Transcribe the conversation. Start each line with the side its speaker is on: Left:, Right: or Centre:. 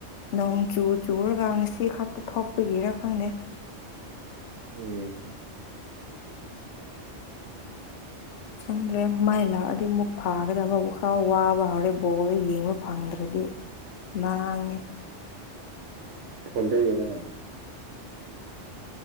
Left: ꯅꯣꯡ ꯆꯨ ꯆꯨꯔꯒ ꯉꯁꯤ ꯈꯛꯇ ꯊꯣꯛꯄꯒꯤꯔ ꯈꯪꯗꯦ
Right: ꯎꯝ
Left: ꯈꯪꯗ꯭ꯔꯦ ꯃꯥꯏ ꯂꯥꯛꯑꯗꯤ ꯑꯃꯨꯛ ꯐꯥꯒꯗꯗꯤ ꯑꯕꯕ ꯈꯥꯎ ꯋꯥꯕ ꯍꯧꯥꯎꯔꯦ ꯕꯣꯜꯗ ꯌꯦꯡꯕ ꯐꯪꯗ꯭ꯔꯗꯤ ꯃꯥꯥꯡ
Right: ꯐꯣꯟ ꯇ ꯌꯦꯡꯉꯅ